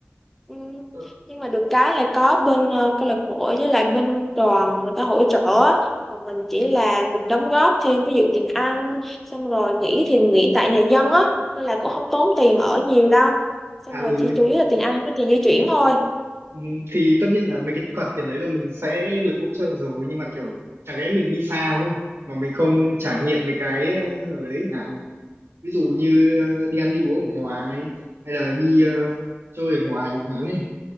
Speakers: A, in the centre; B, on the right.
A: ừ.
B: tôi-
A: nhưng mà được cái là có bên ờ, câu lạc bộ với lại bên đoàn người ta hỗ trợ á. còn mình chỉ là mình đóng góp thêm ví dụ tiền ăn xong rồi nghỉ thì nghỉ tại nhà dân á nên là cũng không tốn tiền ở nhiều đâu xong
B: à
A: rồi
B: ừ
A: chỉ chủ yếu là tiền ăn với tiền di chuyển thôi
B: ừ, thì tất nhiên là mấy cái khoản tiền đấy là mình sẽ được hỗ trợ rồi nhưng mà kiểu chẳng lẽ mình đi xa đúng không mà mình không trải nghiệm mấy cái ờ, ở đấy chẳng hạn ví dụ như ờ, đi ăn đi uống ở ngoài hay là đi ờ, chơi ở ngoài chẳng hạn ấy